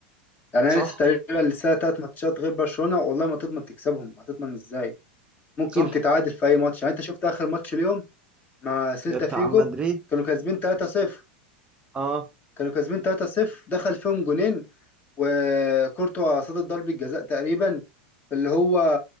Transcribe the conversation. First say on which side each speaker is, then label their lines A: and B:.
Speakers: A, on the left; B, on the right.
A: يعني
B: صح
A: انا لسه تقريبا لسه تلات ماتشات غير برشلونة والله ما تضمن تكسبهم هتضمن ازاي ممكن
B: صح
A: تتعادل في اي ماتش يعني انت شفت اخر ماتش اليوم مع سيلتا
B: بتاع
A: فيجو
B: مدريد
A: كانوا كاسبين 3-0
B: اه
A: كانوا كاسبين 3-0 دخل فيهم جونين وكورتوا صد ضربة جزاء تقريبا اللي هو